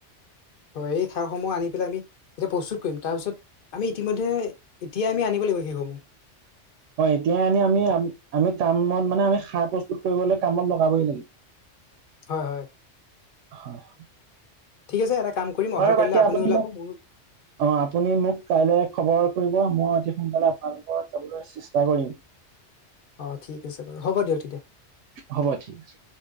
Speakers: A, on the left (about 50°); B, on the right (about 80°).
A: হয়। এই সাৰসমুহ আনি পেলাই আমি এতিয়া প্ৰস্তুত কৰিম। তাৰপিছত আমি ইতিমধ্যে এতিয়া আমি আনিব লাগিব সেইসমুহ।
B: হয়। এতিয়াই আনি আমি আমি কামত মানে আমি সাৰ প্ৰস্তুত কৰিবলৈ কামত লগাবহি লাগিব।
A: হয়, হয়।
B: হয়, হয়।
A: ঠিক আছে এটা কাম কৰিম, অহা
B: বাকী
A: কালিলৈ আপুনি ওলাব
B: মোক
A: মইও
B: অ' আপুনি মোক কাইলৈ খবৰ কৰিব, মই অতি সোনকালে আপোনালোকৰ ঘৰত যাবলৈ চেষ্টা কৰিম।
A: <inaudible> আছে বাৰু হ'ব দিয়ক তেতিয়া
B: হ'ব ঠিক আছে।